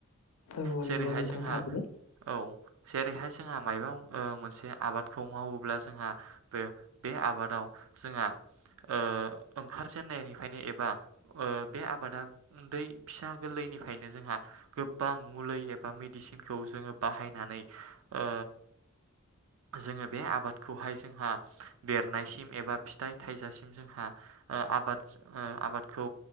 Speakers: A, on the left; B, on the right.
A: औ औ
B: जेरैहाय
A: नंगौ नोंथां
B: जोंहा
A: थारैनो
B: औ जेरैहाय जोंहा मायबा ओ मोनसे आबादखौ मावोब्ला जोंहा बे बे आबादाव जोंहा ओ ओंखारजेननायनिफ्रायनो एबा ओ बे आबादा उनदै फिसा गोरलैनिफ्रायनो जोंहा गोबां मुलि एबा मेडिसिनखौ जोङो बाहायनानै ओ जोङो बे आबादखौहाय जोंहा देरनायसिम एबा फिथाइ थायजासिम जोंहा ओ आबाद ओ आबादखौ